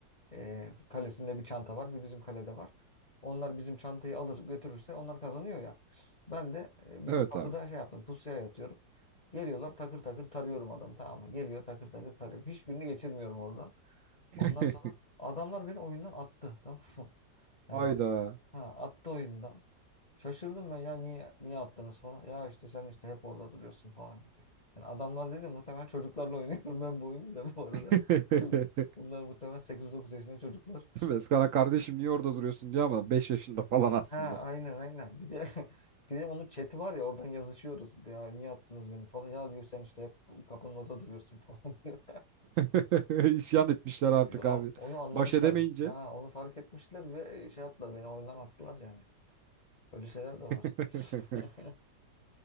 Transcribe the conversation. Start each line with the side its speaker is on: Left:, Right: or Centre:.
Left: E, kalesinde bir çanta var, bir bizim kalede var. Onlar bizim çantayı alır götürürse onlar kazanıyor ya. Ben de e, bizim
Right: Evet
Left: kapıda
Right: abi.
Left: şey yaptım, pusuya yatıyorum. Geliyorlar takır takır tarıyorum adamı tamam mı? Geliyor takır takır tarıyorum. Hiçbirini geçirmiyorum oradan.
Right: <laughs>
Left: Ondan sonra adamlar beni oyundan attı tamam mı? <laughs> Yani
Right: Hayda.
Left: ha attı oyundan. Şaşırdım ben ya niye niye attınız falan. Ya işte sen işte hep orada duruyorsun falan gibi. Yani adamlar dedi muhtemelen çocuklarla <laughs> oynuyorum ben bu oyunu da bu arada.
Right: <laughs>
Left: <laughs> Bunlar muhtemelen sekiz dokuz yaşında çocuklar.
Right: Eskana kardeşim niye orada duruyorsun diye ama 5 yaşında falan aslında.
Left: Ha aynen aynen. Bir de <laughs> bir de onun chat'i var ya oradan yazışıyoruz bir de ya niye attınız beni falan. Ya diyor sen işte hep bu kapının orada duruyorsun <laughs> falan diyor.
Right: <laughs> İsyan etmişler artık
Left: Ya
Right: abi.
Left: onu anlamışlar.
Right: Baş edemeyince.
Left: Ha onu fark etmişler ve e, şey yaptılar beni oyundan attılar yani. Öyle şeyler de var.
Right: <laughs>
Left: <laughs>